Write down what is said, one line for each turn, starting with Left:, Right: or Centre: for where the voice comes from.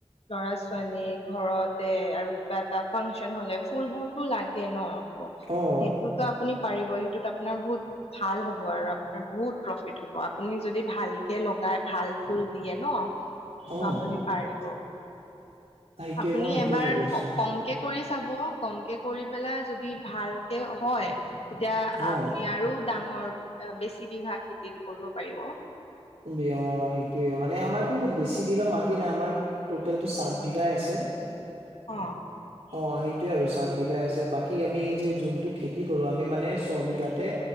Left: ল'ৰা ছোৱালী ঘৰতে আৰু কিবা এটা ফাংচন হলে ফুলবোৰতো লাগে ন।
Right: অ,
Left: সেইটোতো আপুনি পাৰিব সেইটোত আপোনাৰ বহুত ভাল হ'ব আৰু আপোনাৰ বহুত প্ৰফিত হ'ব আপুনি যদি ভালকে লগাই ভাল ফুল দিয়ে ন, ত'
Right: অ
Left: আপুনি পাৰিব।
Right: সেইটোয়ে
Left: আপুনি
Right: মই সেইটোয়ে
Left: এবাৰ
Right: ভাবি আছো
Left: কমকে কৰি চাব কমকে কৰি পেলাই যদি ভালকে হয়, তেতিয়া
Right: অ
Left: আপুনি আৰু ডাঙৰ বেছি বিঘা খেতিত কৰিব পাৰিব।
Right: বি অ, সেইটোয়ে মানে আমাৰতো বেছি বিঘা মাি নাই আমাৰ টটেলটো চাত বিঘাই আছে।
Left: অ,
Right: অ, সেইটোয়ে আৰু চাত বিঘাই আছে বাকী আমি যে যোনটো খেতি কৰো আমি মানে ছ বিঘাতে,